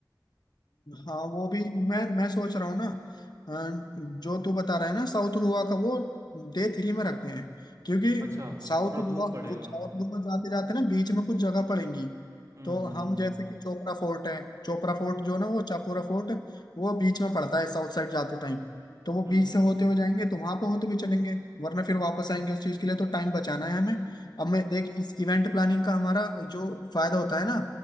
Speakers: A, on the left; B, on the right.
A: हाँ वो भी मैं मैं सोच रहा हूँ ना अ, जो तू बता रहा है ना साउथ गोवा का वो डे थ्री में रखते हैं क्योंकि
B: अच्छा
A: साउथ
B: थोड़ा दूर
A: गोवा
B: पड़ेगा
A: गो, साउथ गोवा जाते जाते ना बीच में कुछ जगह पड़ेंगी
B: हम्म
A: तो
B: हम्म
A: हम जैसे कि चोपरा फोर्ट है चोपरा फोर्ट जो ना वो चापोरा फोर्ट वो बीच में पड़ता है साउथ साइड जाते टाइम तो वो
B: हम्म
A: बीच
B: हम्म
A: से
B: हम्म
A: होते
B: हम्म,
A: हुए जाएंगे तो वहां पर होते हुए चलेंगे वरना फिर वापस आएंगे उस चीज के लिए तो टाइम बचाना है हमें अब मैं देख इस इवेंट प्लानिंग का हमारा जो फायदा होता है ना